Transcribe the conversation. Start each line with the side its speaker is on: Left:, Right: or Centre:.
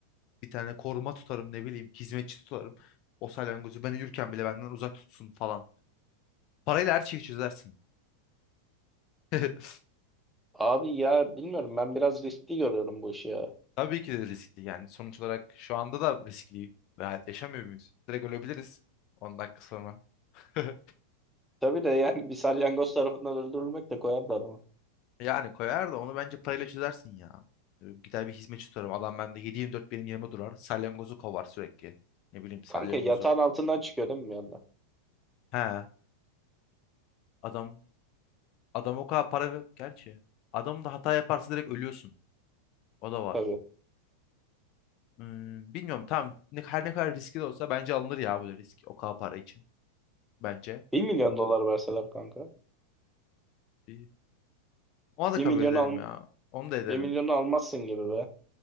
Left: bir tane koruma tutarım ne bileyim hizmetçi tutarım. O salyangozu ben uyurken bile benden uzak tutsun falan. Parayla her şeyi çözersin. <laughs>
Centre: Abi ya bilmiyorum ben biraz riskli görüyorum bu işi ya.
Left: Tabii ki de riskli yani sonuç olarak şu anda da riskli bir hayat yaşamıyor muyuz? Direkt ölebiliriz 10 dakika sonra. <laughs>
Centre: Tabii de yani bir salyangoz tarafından öldürülmek de koyarlar
Left: Yani koyar da onu bence parayla çözersin ya. Gider bir hizmetçi tutarım. Adam bende yedi yirmi dört benim yerime durar. Salyangozu kovar sürekli. Ne bileyim salyangozu.
Centre: Kanka yatağın altından çıkıyor değil mi bir anda?
Left: He adam adam o kadar para ver. Gerçi adam da hata yaparsa direkt ölüyorsun. O da var.
Centre: Tabii.
Left: Hmm, bilmiyorum tam ne, her ne kadar riskli de olsa bence alınır ya bu risk o kadar para için bence.
Centre: Bir milyon dolar verseler kanka.
Left: Bir- Ona da
Centre: bir
Left: kabul
Centre: milyonu
Left: ederim
Centre: al
Left: ya. Onu da ederim.
Centre: bir milyonu almazsın gibi be.